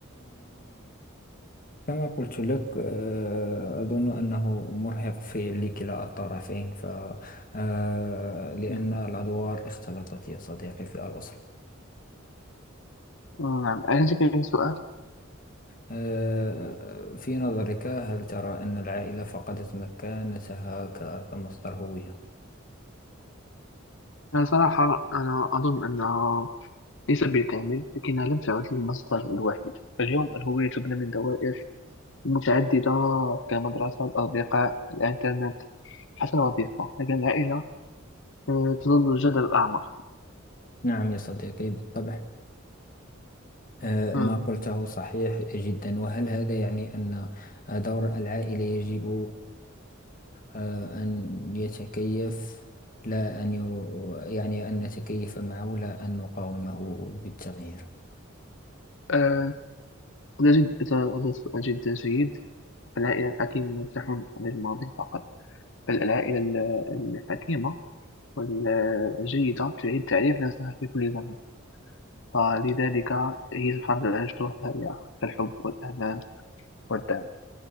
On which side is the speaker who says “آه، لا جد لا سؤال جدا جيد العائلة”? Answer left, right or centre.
Left